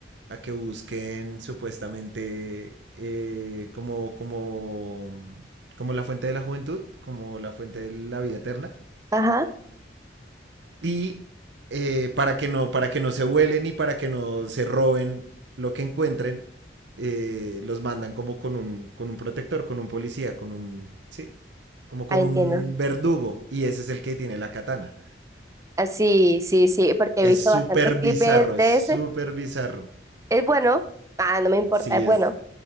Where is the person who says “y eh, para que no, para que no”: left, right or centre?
Right